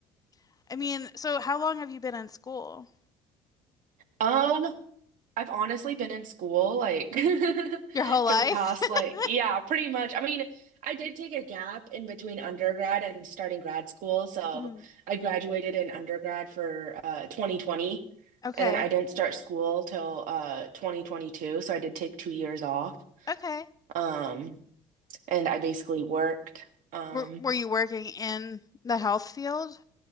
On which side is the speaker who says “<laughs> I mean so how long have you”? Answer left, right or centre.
Left